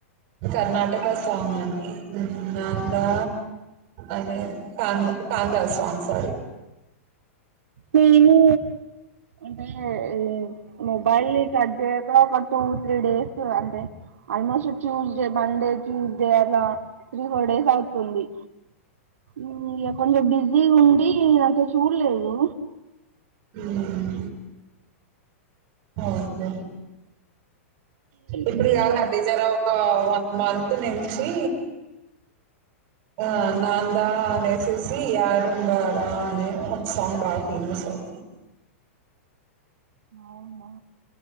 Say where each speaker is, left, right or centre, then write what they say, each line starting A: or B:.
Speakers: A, on the right; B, on the right.
A: కర్ణాటక సాంగ్ అండి నాందా అదే కాంద కాందా సాంగ్స్ సారి
B: నేను అంటే ఈ మొబైల్ ని టచ్ చేయక ఒక టూ త్రీ డేస్ అం తె ఆల్మోస్ట్ ట్యూస్డే మండే ట్యూస్డే అట్లా త్రీ ఫోర్ డేస్ అవుతుంది ఉమ్ ఇగ కొంచెం బిజీగ ఉండి అంత చూళ్లేదు
A: ఉమ్ ఓకే ఇప్పుడు
B: అంటే
A: కాదాండి
B: ఇగ
A: జర ఒక వన్ మంతు నుంచి ఆ నాందా అనేస్ చూసి ఆరూందారా అనే ఒక సాంగ్ బాగా ఫేమస్ అయి
B: అవునా